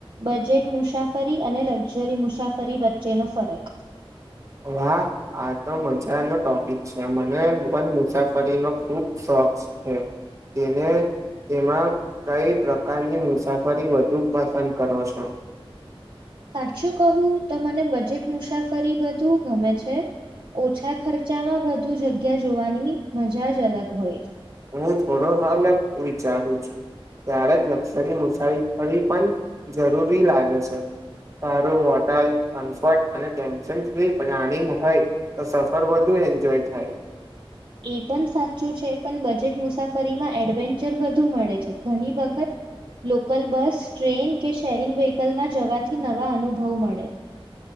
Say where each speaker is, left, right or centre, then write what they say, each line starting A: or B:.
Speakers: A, on the right (about 60°); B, on the right (about 30°).
A: બજેટ મુસાફરી અને લક્ઝરી મુસાફરી વચ્ચેનો ફરક
B: વાહ આ તો મજાનો ટોપિક છે મને <unintelligible> મુસાફરીનો ખૂબ શોખ છે તેને તેમાં કઈ પ્રકારની મુસાફરી વધુ પસંદ કરો છો
A: સાચું કહું તો મને બજેટ મુસાફરી વધુ ગમે છે ઓછા ખર્ચામાં વધુ જગ્યા જોવાની મજા જ અલગ હોય
B: હું થોડો અલગ વિચારું છું ક્યારેક લક્સરી મુસાફરી પણ જરૂરી લાગે છે સારું હોટલ કમ્ફર્ટ અને ટેન્શન ફ્રી પ્લાનિંગ હોય તો સફર વધુ એન્જોય થાય
A: એ પણ સાચું છે પણ બજેટ મુસાફરીમાં એડવેન્ચર વધુ મળે છે ઘણી વખત લોકલ બસ ટ્રેન કે શેરિંગ વ્હીકલમાં જવાથી નવા અનુભવ મળે